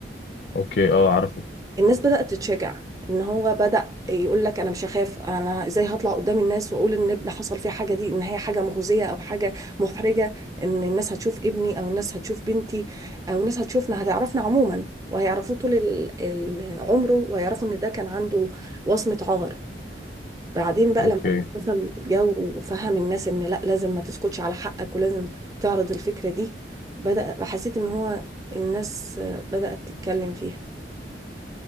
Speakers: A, on the left (about 60°); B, on the right (about 20°).
A: أوكي أه عارفه
B: الناس بدأت تتشجع ان هو بدأ يقول لك انا مش هخاف انا ازاي هطلع قدام الناس واقول ان ابني حصل فيه حاجة دي ان هي حاجة مخزية او حاجة محرجة ان الناس هتشوف ابني او الناس هتشوف بنتي او الناس هتشوفنا هتعرفنا عموما وهيعرفوه طول ال- ال- عمره وهيعرفوا ان ده كان عنده وصمة عار بعدين بقى
A: أوكي
B: لما المسلسل جو وفهم الناس ان لا لازم ما تسكتش على حقك ولازم تعرض الفكرة دي بدأ حسيت ان هو الناس بدأت تتكلم فيها